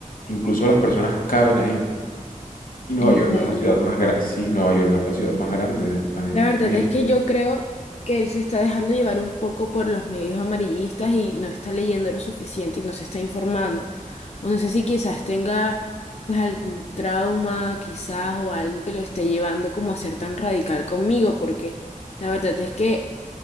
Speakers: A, on the left; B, on the left.
A: incluso las personas caben ahí. Y Nueva
B: En
A: York
B: serio.
A: no es la ciudad más grande, sí, Nueva York no es la ciudad más grande del planeta.
B: La verdad
A: Ni
B: es que yo creo que él se está dejando llevar un poco por los medios amarillistas y no está leyendo lo suficiente y no se está informando. O no sé si quizás tenga pues algún trauma, quizás, o algo que lo esté llevando como a ser tan radical conmigo, porque la verdad es que